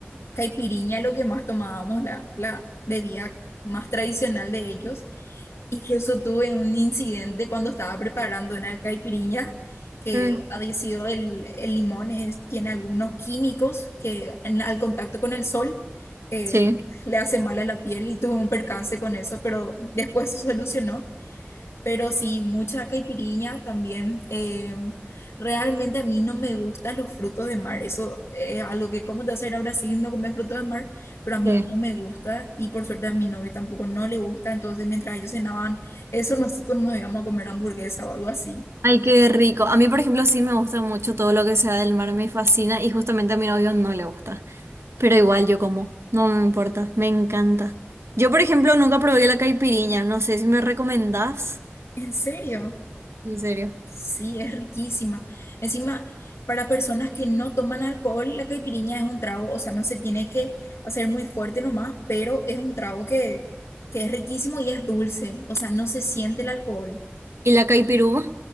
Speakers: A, on the left; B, on the right.
A: caipiriña lo que más tomábamos, la, la bebida más tradicional de ellos. Incluso tuve un incidente cuando estaba preparando una caipiriña que
B: Mm,
A: había sido el, el limón, es- tiene algunos químicos que en- al contacto con el sol eh,
B: sí,
A: le hace mal a la piel y tuve un percance con eso, pero después se solucionó pero sí, mucha caipiriña también. eh, realmente a mí no me gustan los frutos de mar. Eso es algo que, ¿cómo te vas a ir a Brasil y no comer frutos de mar? Pero a mí
B: sí.
A: no me gusta y por suerte a mi novio tampoco no le gusta. Entonces, mientras ellos cenaban eso, nosotros nos íbamos a comer hamburguesa o algo así.
B: Ay, qué rico. A mí, por ejemplo, sí me gusta mucho todo lo que sea del mar, me fascina y justamente a mi novio no le gusta. Pero igual yo como, no me importa, me encanta. Yo, por ejemplo, nunca probé la caipiriña, no sé si me recomendás.
A: ¿En serio?
B: En serio.
A: Sí, es riquísima. Encima, para personas que no toman alcohol, la caipirinha es un trago, o sea, no se tiene que hacer muy fuerte nomás, pero es un trago que, que es riquísimo y es dulce, o sea, no se siente el alcohol.
B: ¿Y la caipiruva?